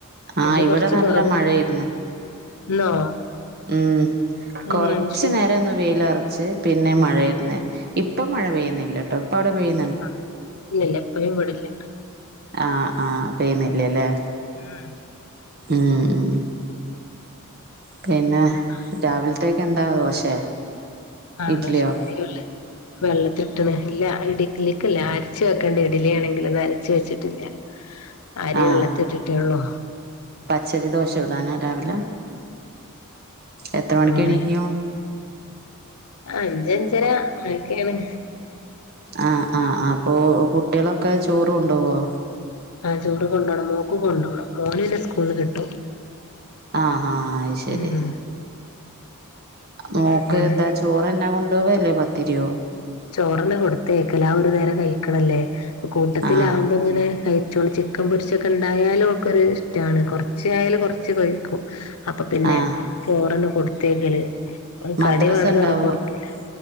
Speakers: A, on the right; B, on the left.
A: ആഹ്
B: ഇന്ന്
A: ഇവിടെ
B: കൊറച്ച്
A: നല്ല
B: കൊറവ്ണ്ടോ
A: മഴയാര്ന്ന്
B: ഇന്നോ?
A: ഉം
B: ഏഹ്
A: കൊറച്ച്
B: അത് ശരി
A: നേരോന്ന് വെയിലറച്ച് പിന്നെ മഴന്നെ ഇപ്പൊ മഴ
B: ആഹ്
A: പെയ്യുന്നില്ല കേട്ടോ ഇപ്പ അവിടെ പെയ്യ
B: ആഹ് ഇല്ലല്ല എപ്പും ഇവിടില്ല
A: ആഹ് ആഹ് പെയ്ന്നില്ലല്ലേ
B: ഉം
A: ഉം ഉം പിന്നെ
B: ആഹ്
A: രാവിലത്തേക്ക്ന്താ
B: പിന്നെ
A: ദോശേ?
B: ആഹ്
A: ഇഡ്ലിയോ
B: ദോശക്കാരിയല്ലേ വെള്ളത്തി ഇട്ടണ് ഇല്ല ഇടലിക്കല്ല അരച്ച വെക്കേണ്ട ഇഡലിയാണെങ്കിൽ ഒന്ന് അരച്ച് വെച്ചിട്ടില്ല
A: <inaudible>
B: അരി
A: ആഹ്
B: വെള്ളത്തിട്ട്ട്ടേ ഒള്ളൂ
A: പച്ചരി ദോശ ചുടാന രാവിലെ എത്ര മണിക്ക്
B: അങ്ങനെ
A: എണീക്കും
B: അഞ്ചഞ്ചര അതൊക്കെയാണ്
A: ആഹ് ആഹ് അപ്പൊ കുട്ടികളൊക്കെ ചോറും കൊണ്ടവോ?.
B: ആഹ് ചോറ് കൊണ്ടോണം മോക്ക് കൊണ്ടോണം മോന് ന്ന സ്കൂള് കിട്ടും
A: ആഹ് ആഹ് അതുശരി
B: ഉം
A: മോക്ക്
B: അങ്ങനെ
A: എന്താ ചോറന്നെ കൊണ്ടോവല്ലേ പത്തിരിയോ
B: ചോറന്ന കൊടുത്തേക്കല ആ ഒരു നേരം കഴിക്കണല്ലേ പ്പ കൂട്ടത്തിലാമ്പോങ്ങനെ
A: ആഹ്
B: കഴിച്ചോ ക്കം പൊരിച്ചൊക്കെണ്ടായാലും ഓക്കൊര് ഇഷ്ടാണ് കൊറച്ചായാല് കൊറച്ച് കഴിക്കും അപ്പൊ പിന്നെ
A: ആഹ്
B: ചോറെന്നെ കൊടുത്തേക്കല്
A: മദ്രസ
B: കടി വേണ്ടെന്ന്
A: ഉണ്ടാവോ
B: പറഞ്ഞപ്പം കൊടുക്കല്